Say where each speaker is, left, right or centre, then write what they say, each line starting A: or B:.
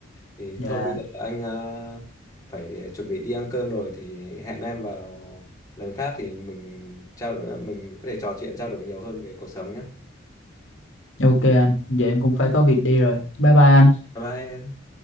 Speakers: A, on the left; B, on the left.
A: Thì
B: dạ.
A: thôi bây giờ anh ờ, phải chuẩn bị đi ăn cơm rồi thì hẹn em vào lần khác thì mình trao mình có thể trò chuyện trao đổi nhiều hơn về cuộc sống nhé.
B: Ok anh, giờ em cũng phải có việc đi rồi. Bye bye anh.
A: Bye bye. em.